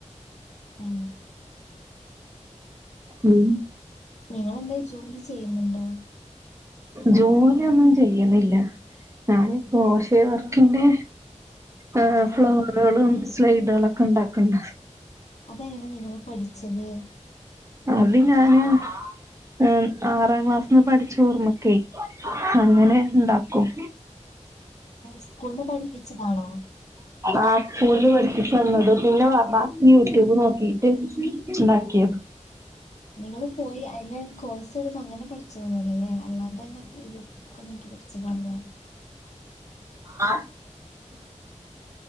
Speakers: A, on the left; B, on the right.
A: അഹ,
B: ഉം..
A: നിങ്ങളെന്തേലും ജോലി ചെയ്യുന്നുണ്ടോ?
B: ജോലിയൊന്നും ചെയ്യണില്ല. ഞാനീ കോശേ വർക്കിന്റെ ഏ
A: ആഹ്.
B: ഫ്ലവറുകളും സ്ലൈഡുകളൊക്കെ ഉണ്ടാക്ക്ണ്ട്
A: അതെയ്ന്ന നിങ്ങള് പഠിച്ചത്?
B: അത് ഞാന് ആ ആറാം ക്ലാസ്ന്ന് പഠിച്ച ഓർമ്മക്കേ അങ്ങനെ ഉണ്ടാക്കും.
A: സ്കൂൾന്നു പഠിപ്പിച്ചതാണോ?
B: ആ സ്കൂളിന്നു പഠിപ്പിച്ചെന്നത് പിന്നെ ബാക്കി യൂട്യൂബ് നോക്കിട്ട് ഉണ്ടാ ആക്കിയതും
A: നിങ്ങൾ പോയി അയ്നൊരു കോഴ്സ് എടുത്ത് അങ്ങനെ പഠിച്ചതൊന്നുംഅല്ലല്ലേ? അല്ലാണ്ടെന്നേ <unintelligible> ന്നൊക്കെ നോക്കി പഠിച്ചതാല്ലേ?
B: ആ <inaudible>